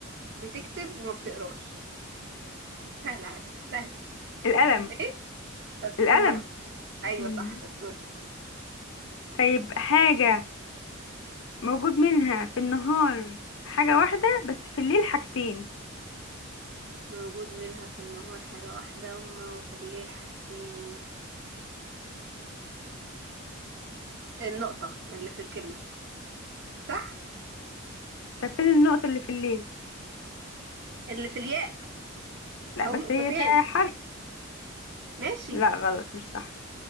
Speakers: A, on the right (about 55°); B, on the left (about 60°).
A: بتكتب وما بتقراش سهلة على فكرة سهلة
B: القلم
A: ايه؟ شطورة
B: القلم
A: ايوه
B: مم.
A: صح شطورة
B: طيب حاجة موجود منها في النهار حاجة واحدة بس في الليل حاجتين
A: موجود منها في النهار حاجة واحدة وما- وفي الليل حاجتين النقطة اللي في الكلمة صح؟
B: طب فين النقطة اللي في الليل
A: اللي في الياء
B: لا
A: اهو
B: بس
A: نقطتين
B: هي ده حرف
A: ماشي
B: لا غلط مش صح